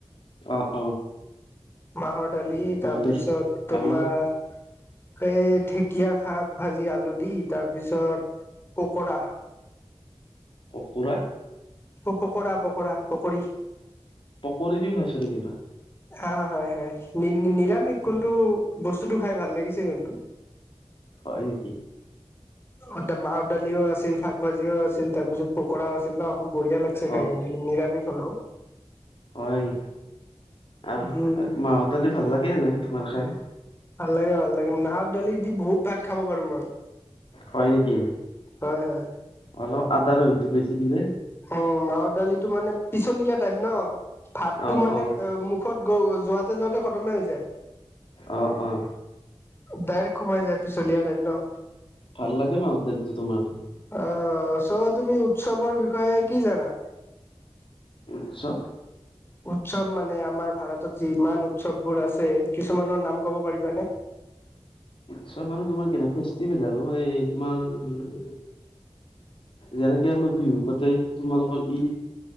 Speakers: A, on the left; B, on the left.
A: অঁ অঁ'
B: মাহৰ দালি তাৰপিছত
A: দালি
B: তোমাৰ-
A: আৰু
B: এই ঢেকীয়া শাক ভাজি আলু দি, তাৰ পিছত পকৰা।
A: কুকুৰা।
B: অ পকৰা পকৰা, পকৰি।
A: পকৰি দিও খাইছা নেকি ভাত?
B: অ' হয় হয়, নি নিৰামিষ কোনটো, বস্তুটো খাই ভাল লাগিছে কিন্তু।
A: হয় নিকি?
B: অ দ মাহৰ দালিও আছিল, শাক ভাজিও আছিল, তাৰপিছত- পকৰাও আছিল ন, বঢ়িয়া লাগিছে খাইকিনে
A: অ
B: নিৰামিষ হ'লেও।
A: হয়, আও মাহৰ
B: উম
A: দালি ভাল লাগে এনে তোমাৰ খাই।
B: ভাল-লাগে ভাল-লাগে, মাহৰ দালি দি বহুত ভাত খাব পাৰো মই।
A: হয় নেকি?
B: হয় হয়
A: অলপ আদা ৰহিটো বেছি দিলে-
B: উম, মাহৰ দালিটো মানে পিছ্লীয়া টাইপ ন' ভাতটো
A: অ',
B: মানে
A: অ',
B: এ মোখ- খত গ' যোৱাতে-যোৱাতে খতমে হৈ যায়।
A: অঁ অঁ'
B: ডাইৰেক্ট সোমাই যায় পিছলিয়া টাইপ ন।
A: ভাল লাগে মাহৰ দালিতো তোমাৰ।
B: অ' চৌ তুমি উৎসৱৰ বিষয়ে কি জানা?
A: উৎস-
B: উৎসৱ মানে আমাৰ ভাৰতত যিমান উৎসৱবোৰ আছে কিছুমানৰ নাম ক'ব পাৰিবানে?
A: চব আৰু তোমাৰ কেনে ফেষ্টিভেল আৰু এই তোমাৰ- যেনেকে আমাৰ বিহু পাতে, তোমালোকৰ ঈদ-